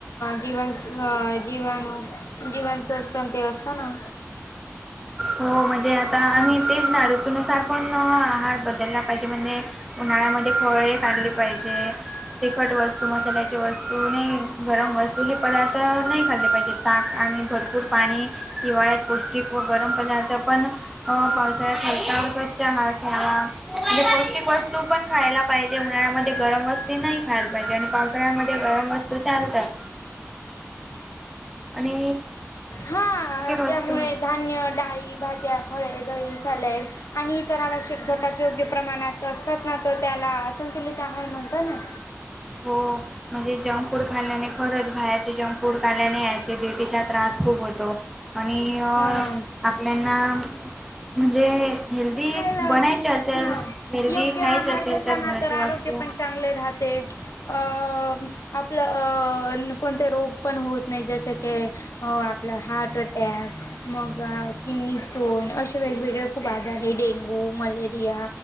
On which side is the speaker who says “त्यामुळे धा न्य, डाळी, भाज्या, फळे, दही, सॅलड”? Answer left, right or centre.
Left